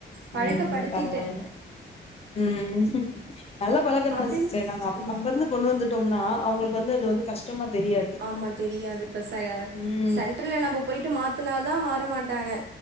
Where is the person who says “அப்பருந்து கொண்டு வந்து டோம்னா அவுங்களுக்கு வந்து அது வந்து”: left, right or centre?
Left